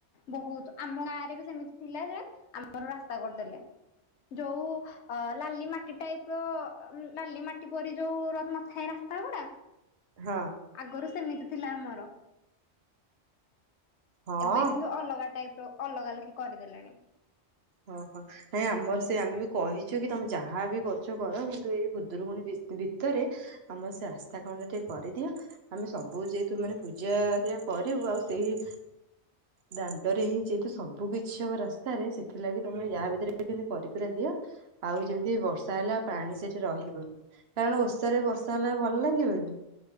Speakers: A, on the left; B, on the right.
A: ବହୁତ ଆମ ଗାଁରେ ବି ସେମିତି ଥିଲା ଯେ ଆମର ରାସ୍ତା କରିଦେଲେ। ଯୋଉ ଅ ଲାଲି ମାଟି ଟାଇପ ର ଲାଲି ମାଟି ପରି ଯୋଉ ରନା ସେଇ ରାସ୍ତା ଗୁଡା?
B: ହଁ।
A: ଆଗରୁ ସେମିତି ଥିଲା ଆମର।
B: ହଁ
A: ଏବେ କିନ୍ତୁ ଅଲଗା ଟାଇପ ର ଅଲଗା ଲେଖି କରିଦେଲେଣି।
B: ଓହୋ। ନାଇଁ ଆମର ସେ ଆମେ ବି କହିଛୁ କି ତମେ ଯାହା ବି କରୁଛ କର କିନ୍ତୁ ଏଇ ହୁଦରୁକୁୁଣୀ ଭି ଭିତରେ ଆମର ସେ ରାସ୍ତା କାମ ଟା ଟିକେ କରିଦିଅ। ଆମେ ସବୁ ଯେହେତୁ ମାନେ ପୂଜାରିଆ କରିବୁ ଆଉ ସେଇ ଦାଣ୍ଡରେ ହିଁ ଯେହେତୁ ସବୁ କିଛି ହବ ରାସ୍ତାରେ ସେ ଥିଲା କି ତମେ ୟା ଭିତରେ ଯେମିତି କରି କୁରା ଦିଅ ଆଉ ଯେମିତି ବର୍ଷା ହେଲା ପାଣି ସେଠି ରହିବନି କାରଣ ଓସାରେ ବର୍ଷା ହେଲେ ଆଉ ଭଲ ଲାଗିବ କି